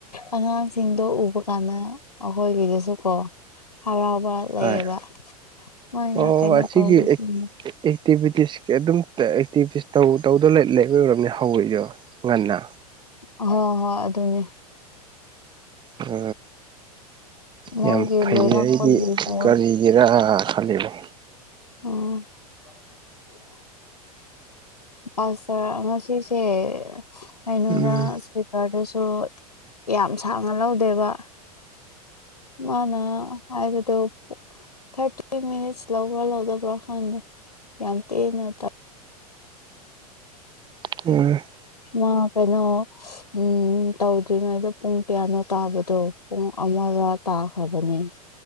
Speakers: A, on the left (about 85°); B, on the right (about 25°).
A: ꯑꯉꯥꯡꯁꯤꯡꯗꯣ ꯎꯕ ꯀꯥꯟꯗ ꯑꯩꯈꯣꯏꯒꯤꯗꯁꯨ ꯀꯣ ꯍꯔꯥꯎꯕ ꯂꯩꯌꯦꯕ
B: ꯍꯣꯏ
A: ꯃꯣꯏꯅ
B: ꯑꯣ
A: ꯀꯩꯅꯣ
B: ꯑꯁꯤꯒꯤ
A: ꯇꯧꯕꯁꯤꯡꯅ
B: ꯑꯦꯛꯇꯤꯚꯤꯇꯤꯁ ꯑꯗꯨꯝ ꯇ-ꯑꯦꯛꯇꯤꯚꯤꯁ ꯇꯧ ꯇꯧꯗ ꯂꯩꯕꯩ ꯑꯣꯏꯔꯝꯅꯤ ꯍꯧꯔꯤꯗꯣ ꯉꯟꯅ꯫
A: ꯎ ꯍ ꯍꯣꯏ ꯑꯗꯨꯅꯦ
B: ꯑ
A: ꯃꯣꯏꯒꯤ
B: ꯌꯥꯝ ꯐꯩ
A: ꯂꯣꯏꯔꯛꯄꯒꯤꯗꯣ
B: ꯑꯩꯗꯤ ꯀꯔꯤ ꯒꯤꯔꯥ ꯈꯜꯂꯤꯅꯦ
A: <unintelligible> ꯑꯁꯔ ꯉꯁꯤꯁꯦ ꯀꯩꯅꯣꯗ
B: ꯎꯝ
A: <unintelligible> ꯈꯔꯗꯁꯨ ꯌꯥꯝ ꯁꯥꯡꯅ ꯂꯧꯗꯦꯕ ꯃꯥꯅ ꯍꯥꯏꯕꯗꯣ ꯄꯨ ꯊꯥꯔꯇꯤ ꯃꯤꯅꯤꯠꯁ ꯂꯧꯕ꯭ꯔꯥ ꯂꯧꯗꯕ꯭ꯔꯥ ꯈꯪꯗꯦ ꯌꯥꯝ ꯇꯦꯟꯅ ꯇꯧ
B: <unintelligible>
A: ꯃꯥ ꯀꯩꯅꯣ ꯎꯝ ꯇꯧꯗ꯭ꯔꯤꯉꯩꯗ ꯄꯨꯡ ꯀꯌꯥꯅꯣ ꯇꯥꯕꯗꯣ ꯄꯨꯡ ꯑꯃꯔ ꯇꯥꯈ꯭ꯔꯕꯅꯦ꯫